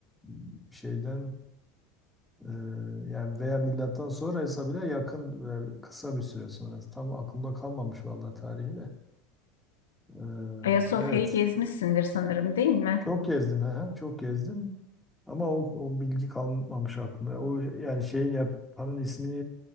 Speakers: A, in the centre; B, on the left.
A: E, şeyden e, yani veya milattan sonraysa bile yakın e, kısa bir süre sonrası. Tam aklımda kalmamış vallahi tarihi de. E,
B: Ayasofya'yı
A: evet.
B: gezmişsindir sanırım değil mi?
A: Çok gezdim ha, çok gezdim. Ama o, o bilgi kalmamış aklımda. O yani şeyin yapanın ismini